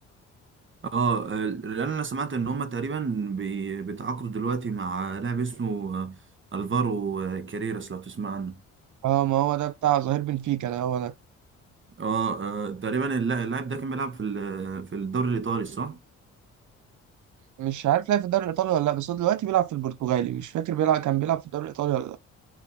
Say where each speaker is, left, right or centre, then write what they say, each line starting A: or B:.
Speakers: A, on the right (about 40°); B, on the right (about 75°).
A: اه لان انا سمعت ان هما تقريبا بي- بيتعاقدوا دلوقتي مع لاعب اسمه آه، الفارو آه، كاريراس لو تسمع عنه
B: اه ما هو ده بتاع ظهير بنفيكا ده هو ده
A: اه آه، تقريبا اللا- اللاعب ده كان بيلعب في ال- في الدوري الايطالي صح
B: مش عارف لعب في الدوري الايطالي ولا لا بس هو دلوقتي بيلعب في البرتغالي مش فاكر بيلعب كان بيلعب في الدوري الايطالي ولا لا